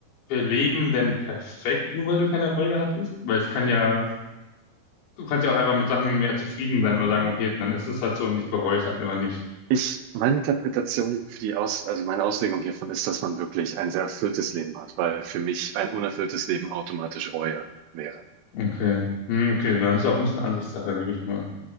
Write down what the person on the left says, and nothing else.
Leben denn perfekt, nur weil du keine Reue hattest? Weil es kann ja, du kannst ja auch einfach mit Sachen mehr zufrieden sein oder sagen,
okay, dann ist es halt so und ich bereue es halt aber nicht.
Okay, Hm, okay, dann ist es auch ein bisschen Ansichtssache, denke ich mal.